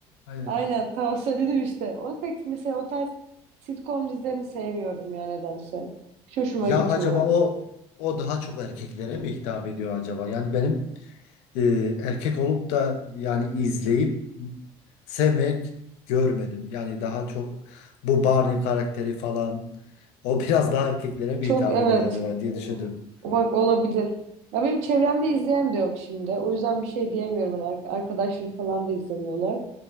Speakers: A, on the left; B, on the right.
A: Aynen.
B: Aynen tamam söyledim işte. Onu pek mesela o tarz sitcom dizilerini sevmiyorum ya nedense. Hiç hoşuma
A: Ya
B: gitmiyor.
A: acaba o o daha çok erkeklere mi hitap ediyor acaba? Yani benim e, erkek olup da yani izleyip sevmek görmedim. Yani daha çok bu Barney karakteri falan o <laughs> biraz daha erkeklere mi
B: Çok
A: hitap
B: evet
A: ediyor acaba diye düşündüm.
B: Bak olabilir. Ya benim çevremde izleyen de yok şimdi. O yüzden bir şey diyemiyorum. Hani ar- arkadaşlarım falan da izlemiyorlar.